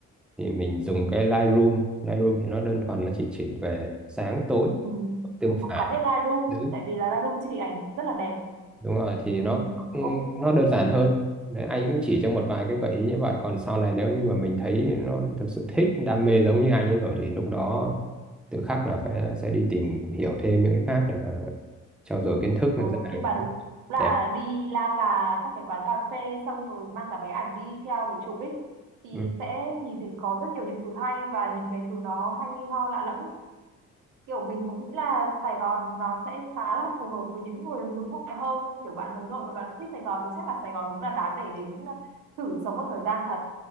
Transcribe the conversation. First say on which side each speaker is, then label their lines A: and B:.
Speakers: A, in the centre; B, on the right (about 90°).
A: thì mình dùng cái Lightroom Lightroom thì nó đơn thuần nó chỉ chỉnh về sáng tối
B: Ừ.
A: tương
B: Mình cũng
A: phản
B: có biết Lightroom
A: Ừ
B: tại vì là Lightroom chỉ ảnh rất là đẹp.
A: đúng rồi thì
B: Ừ.
A: nó cũng-
B: Ô,
A: nó đơn giản hơn Đấy, anh cũng chỉ cho một vài cái gợi ý như vậy còn sau này nếu như mà mình thấy nó thực sự thích đam mê giống như anh ấy rồi thì lúc đó tự khắc là phải sẽ đi tìm hiểu thêm những cái khác để mà trau dồi kiến thức
B: ừ.
A: là ra được
B: Nhưng mà đúng
A: những cái
B: là
A: đẹp
B: đi la cà các cái quán cà phê xong rồi mang cả máy ảnh đi theo để chụp ấy thì
A: ừ.
B: sẽ nhìn thấy có rất nhiều những thứ hay và những cái thứ nó hay ho lạ lẫm kiểu mình cũng nghĩ là Sài Gòn nó sẽ khá là phù hợp với những người hướng ngoại hơn nhưng kiểu bạn hướng nội và bạn thích Sài Gòn thì chắc là Sài Gòn đúng là đáng để đến à, thử sống một thời gian thật